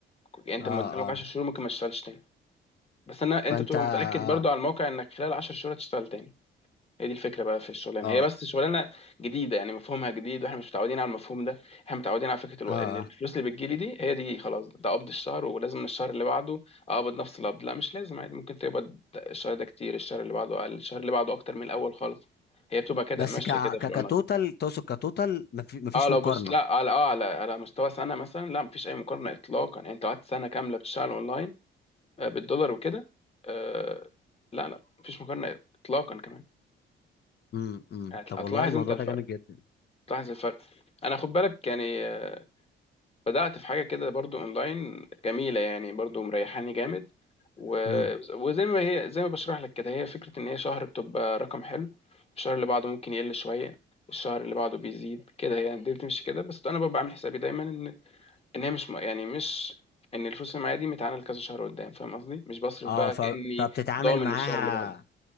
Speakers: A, on the left; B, on the left.
A: يعني انت
B: اه
A: ما قدامك
B: اه
A: 10 شهور ممكن ما تشتغلش تاني بس انا
B: فانت
A: انت بتبقى
B: اه
A: متاكد برضو على الموقع انك خلال 10 شهور هتشتغل تاني هي دي الفكره بقى في الشغلانه
B: اه
A: هي بس شغلانه جديده يعني مفهومها جديد واحنا مش متعودين على المفهوم ده احنا متعودين على فكره الو...
B: اه آه.
A: ان الفلوس اللي بتجيلي دي هي دي خلاص ده قبض الشهر ولازم الشهر اللي بعده اقبض نفس القبض لا مش لازم عادي ممكن تقبض الشهر ده كتير الشهر اللي بعده اقل الشهر اللي بعده اكتر من الاول خالص هي بتبقى كده
B: بس
A: ماشيه
B: ك ك-
A: كده في الاونلاين
B: كتوتال تقصد كتوتال ما في- ما فيش
A: اه لو
B: مقارنه
A: بس لا على اه على على مستوى سنه مثلا لا مفيش اي مقارنه اطلاقا يعني انت قعدت سنه كامله بتشتغل اونلاين آه، بالدولار وكده آه لا لا مفيش مقارنه اطلاقا كمان
B: امم أمم.
A: هت-
B: طب
A: هتلاحظ
B: والله الموضوع
A: انت الفرق
B: ده جامد جدا
A: تلاحظ الفرق انا خد بالك يعني آه، بدأت في حاجة كده برضو اونلاين جميلة يعني برضو مريحاني جامد و...
B: امم
A: وزي ما هي زي ما بشرح لك كده هي فكرة ان هي شهر بتبقى رقم حلو الشهر اللي بعده ممكن يقل شوية الشهر اللي بعده بيزيد كده يعني دي بتمشي كده بس انا ببقى عامل حسابي دايما ان ان هي مش م- يعني مش ان الفلوس اللي معايا دي متعانه لكذا شهر قدام فاهم قصدي مش بصرف
B: اه
A: بقى
B: ف...
A: كأني
B: فبتتعامل
A: ضامن
B: معاها
A: الشهر اللي بعده